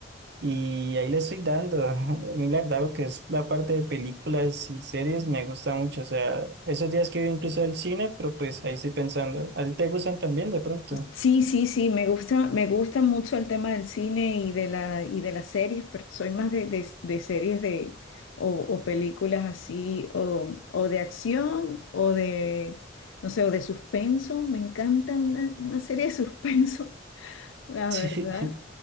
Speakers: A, on the right; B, on the left.
A: Y ahí le estoy dando. <laughs> A mí, la verdad, lo que es la parte de películas y series me gusta mucho. O sea, esos días que voy incluso al cine, pero pues ahí estoy pensando. ¿A ti te gustan también de pronto?
B: Sí,
A: <laughs>
B: sí, sí, me gusta, me gusta mucho el tema del cine y de la, y de las series, pero soy más de, de- de series de, o, o películas así, o, o de acción, o de, no sé, o de suspenso. Me encanta una, una serie de suspenso, <laughs> la
A: Sí.
B: verdad.